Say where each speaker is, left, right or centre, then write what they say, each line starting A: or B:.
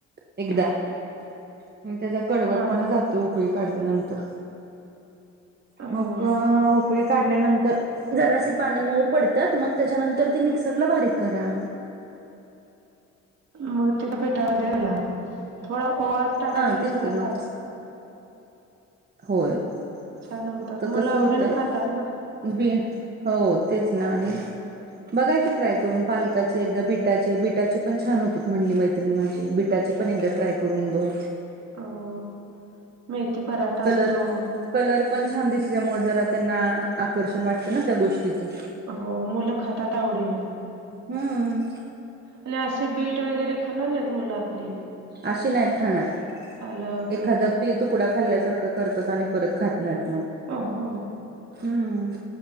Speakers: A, on the right; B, on the right.
A: एकदा आणि त्याचा कडवटपणा
B: हा हा हा
A: जातो उकळी काढल्यानंतर
B: हो
A: मग कळी काढल्यानंतर जरासी पानं मऊ पडतात मग त्याच्यानंतर त मिक्सरला बारीक करा.
B: मग तिथ पेटामध्ये झाला थोडा ओवा टाकाला
A: हा
B: तरी
A: तेच
B: सुद्धा
A: की
B: चालतो.
A: मग होय
B: छान होतात
A: फक्त
B: मुलं
A: कस
B: आवडीनं
A: होतय.
B: खातात ना
A: बी हो तेच ना आणि बघायची ट्राय करून पालकाची एकदा बीट बटा बिटाचे पण छान होत म्हणले मैत्रिणी माझे बिटाचे पण एकदा ट्राय करून बघ.
B: हो मेथी पराठा
A: कलर
B: असतो.
A: कलर पण छान दिसल्यामुळे जरा त्यांना आकर्षण वाटतं ना त्या गोष्टीचं
B: हो मुलं खातात आवडीन
A: हम्म.
B: आणि असे बीट वगैरे खाणार नाहीत मुलं आपली
A: अशी नाहीत खाणार
B: पालक वगैरे
A: एखादा पे तुकडा खाल्ल्यासारखा करतात आणि परत खातना मग
B: अ हो.
A: हम्म.